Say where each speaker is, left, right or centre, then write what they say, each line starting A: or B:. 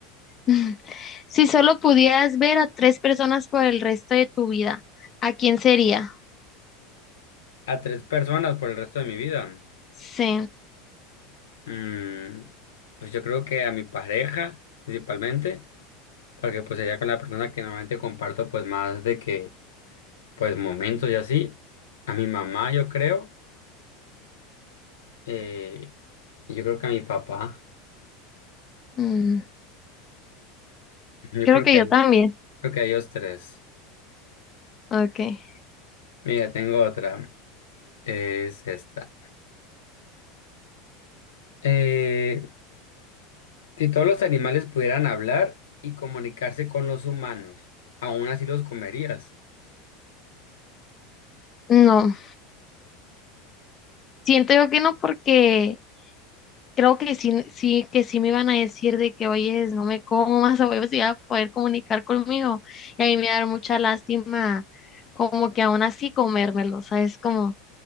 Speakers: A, on the left; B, on the left.
A: <laughs> Si solo pudieras ver a tres personas por el resto de tu vida, ¿a quién sería?
B: A tres personas por el resto de mi vida.
A: Sí,
B: Mm, pues yo creo que a mi pareja, principalmente, porque pues sería con la persona que normalmente comparto pues más de que, pues momentos y así. A mi mamá, yo creo. eh, y yo creo que a mi papá.
A: mm,
B: <laughs> Yo
A: creo
B: creo
A: que
B: que
A: yo
B: a ellos,
A: también.
B: creo que a ellos tres.
A: Okay.
B: Mira, tengo otra. Es esta. Eh, si todos los animales pudieran hablar y comunicarse con los humanos, ¿aún así los comerías?
A: No, siento yo que no porque creo que sí, sí, que sí me iban a decir de que, oye, no me comas <laughs> o si iba a poder comunicar conmigo. Y a mí me da mucha lástima como que aún así comérmelo, ¿sabes? Como,